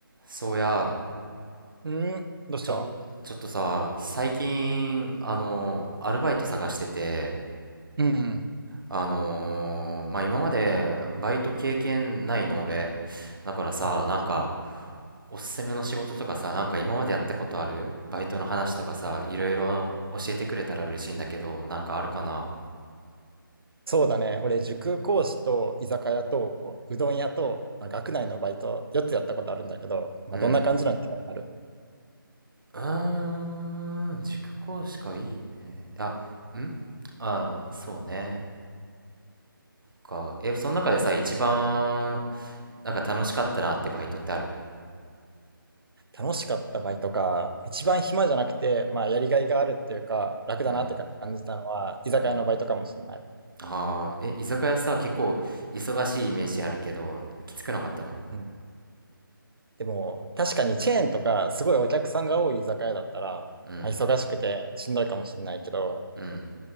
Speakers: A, on the right; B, on the right.
A: そうや、
B: うん、どうした
A: ちょ、ちょっとさ、最近、あの、アルバイト探してて、
B: うん。
A: あのーまあ、今までバイト経験ないの俺。だからさ、
B: あ、
A: なんか、
B: そう
A: おすすめの仕事とかさ、なんか今までやったことあるバイトの話とかさ、いろいろ教えてくれたら嬉しいんだけど、なんかあるかな
B: だね。俺、塾講師と居酒屋とうどん屋と、まあ、学内のバイト4つやったことあるんだけど、まあ、
A: うん。
B: どんな感じなのにある
A: うーん、塾講師かいいね。あ、んああー、そうね。か、え、その中でさ、一番、なんか楽しかったなってバイトってある
B: 楽しかったバイトか、一番暇じゃなくて、まあ、やりがいがあるっていうか、楽だなって感じたのは、
A: うん
B: 居酒屋のバイトかもしれない。
A: うんああえ居酒屋さ結構忙しいイメージあるけどきつくなかったの
B: うん。でも、確かにチェーンとか、すごいお客さんが多い居酒屋だったら、
A: うん
B: まあ、忙しくてしんどいかもしれないけど、
A: うん